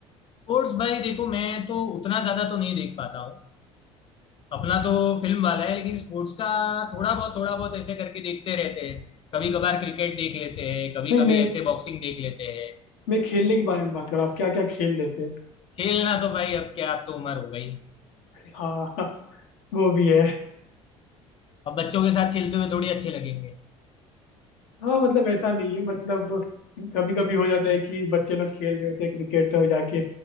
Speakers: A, on the left; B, on the left.
A: स्पोर्ट्स भाई देखो मैं तो उतना ज्यादा तो नहीं देख पाता हूँ अपना तो फिल्म वाला है लेकिन स्पोर्ट्स का थोड़ा बहुत थोड़ा बहुत ऐसे करके देखते रहते हैं कभी कभार क्रिकेट देख लेते हैं कभी
B: नहीं मैं
A: कभी ऐसे बॉक्सिंग देख लेते हैं
B: मैं खेलने के बारे में बात कर रहा हूँ आप क्या क्या खेल लेते हैं
A: खेलना तो भाई अब क्या अब तो उम्र हो गई
B: हाँ <laughs> वो भी है
A: अब बच्चों के साथ खेलते हुए थोड़ी अच्छे लगेंगे
B: हाँ मतलब ऐसा नहीं है मतलब कभी कभी हो जाता है कि बच्चे लोग खेल रहे होते हैं क्रिकेट तो जाके